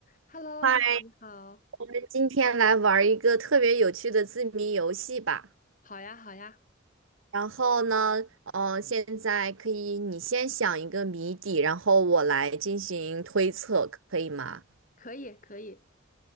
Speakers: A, on the left; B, on the right.
A: Hello，
B: 嗨，
A: 你好，你好，
B: 那今天来玩儿一个特别有趣的字谜游戏吧。
A: 好呀，好呀，
B: 然后呢，呃，现在可以你先想一个谜底，然后我来进行推测，可以吗？
A: 可以，可以，